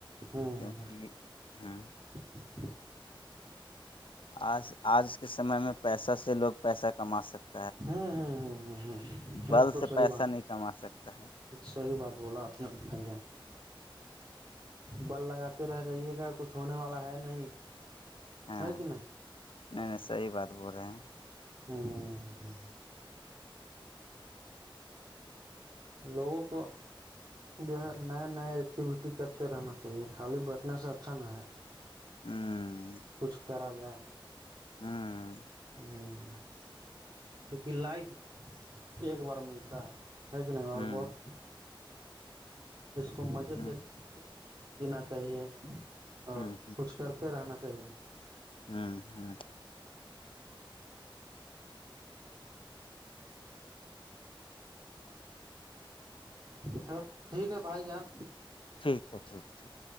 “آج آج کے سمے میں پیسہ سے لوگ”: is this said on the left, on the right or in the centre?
Left